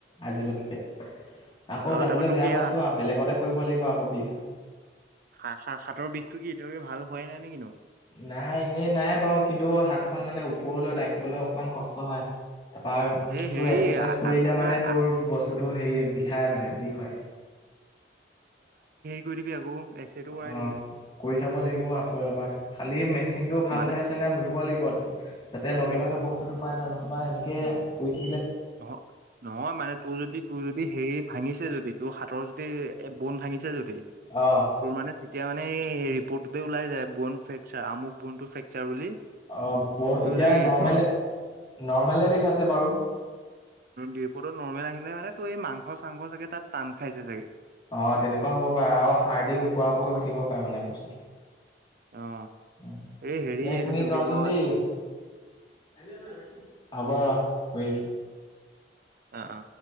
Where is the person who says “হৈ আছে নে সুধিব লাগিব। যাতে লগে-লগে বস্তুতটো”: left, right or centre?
Left